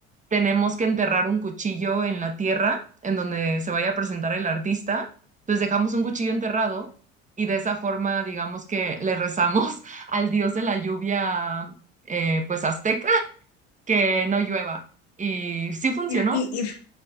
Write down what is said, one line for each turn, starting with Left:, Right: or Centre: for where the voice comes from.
Right: tenemos que enterrar un cuchillo en la tierra en donde se vaya a presentar el artista. Entonces dejamos un cuchillo enterrado y de esa forma, digamos que le rezamos <laughs> al dios de la lluvia, eh, pues azteca, que no llueva. Y sí funcionó.
Left: Y, no- y- y